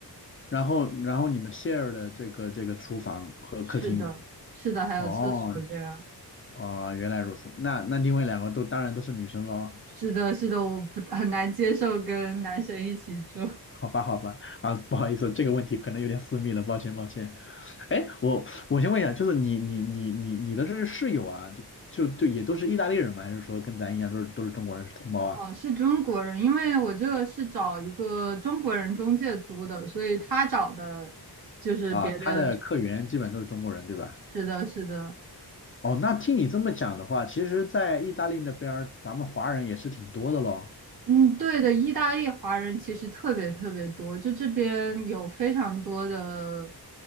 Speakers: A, on the left (about 30°); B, on the right (about 60°).
A: 然后然后你们 share 的这个这个厨房和客厅。
B: 是的，是的，还有厕所这样。
A: 哦，哦，原来如此。那那另外两个都当然都是女生喽。
B: 是的，是的，我不很难接受跟男生一起住。
A: 好吧，好吧，啊，不好意思，这个问题可能有点私密了，抱歉，抱歉。哎，我我先问一下，就是你你你你你的这些室友啊，就就就也都是意大利人吗？还是说跟咱一样都是都是中国人，是同胞啊？
B: 哦，是中国人，因为我这个是找一个中国人中介租的，所以他找的就是别的。
A: 啊，他的客源基本都是中国人，对吧？
B: 是的，是的，
A: 哦，那听你这么讲的话，其实，在意大利那边儿，咱们华人也是挺多的咯。
B: 嗯，对的，意大利华人其实特别特别多，就这边有非常多的